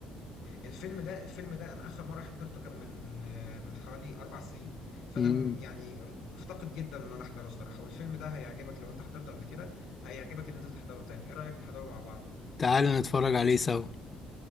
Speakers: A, on the left (about 75°); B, on the left (about 20°).
A: الفيلم ده الفيلم ده انا اخر مره حضرته كان من آه، من حوالي اربع سنين فانا
B: أمم،
A: م- يعني مفتقد جدا ان انا احضره الصراحه والفيلم ده هيعجبك لو انت حضرته قبل كده هيعجبك ان انت تحضره تاني ايه رايك نحضره مع بعض
B: تعالى نتفرج عليه سوا